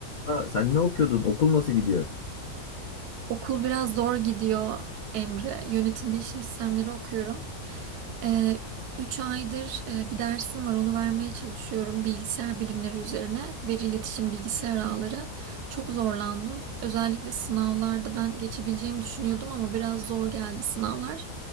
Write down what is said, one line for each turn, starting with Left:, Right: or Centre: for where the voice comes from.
Left: Aa, Sen ne okuyordun? Okul nasıl gidiyor?
Right: Okul biraz zor gidiyor Emre. Yönetim bilişim sistemleri okuyorum. Ee, 3 aydır e, bir dersim var onu vermeye çalışıyorum bilgisayar bilimleri üzerine. Veri iletişim bilgisayar ağları. Çok zorlandım. Özellikle sınavlarda ben geçebileceğimi düşünüyordum ama biraz zor geldi sınavlar.